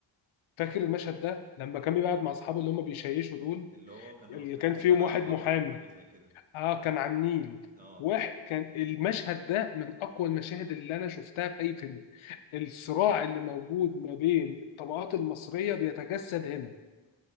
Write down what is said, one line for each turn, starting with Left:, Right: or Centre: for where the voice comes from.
Left: فاكر المشهد ده لما كان بيقعد مع اصحابه اللي هم بيشيشوا دول
Right: اللي هو كانوا
Left: اللي
Right: في
Left: كان فيهم
Right: مكان على
Left: واحد
Right: البحر
Left: محامي
Right: او حاجه زي كده
Left: اه كان على النيل
Right: اه
Left: واحد كان المشهد ده من اقوى المشاهد اللي انا شفتها في اي فيلم الصراع اللي موجود ما بين الطبقات المصرية بيتجسد هنا